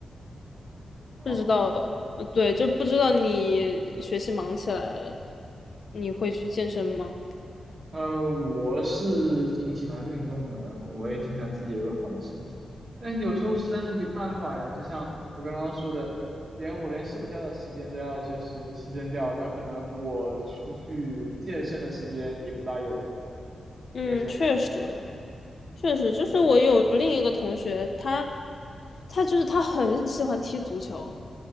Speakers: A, on the right; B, on the left.
A: 啊，
B: 不知道，呃，对，就不知道你学习忙起来，你会去健身吗？
A: 呃，我是挺喜欢运动的，然后我也挺想自己有个好的身体，但是有时候实在是没办法呀。就像我刚刚说的，连我连社交的时间都要就是牺牲掉，那可能我出去健身的时间也不大有了，
B: 嗯，
A: 这也是我蛮苦恼的。
B: 确实，确实，就是我有另一个同学，他，他就是他很喜欢踢足球。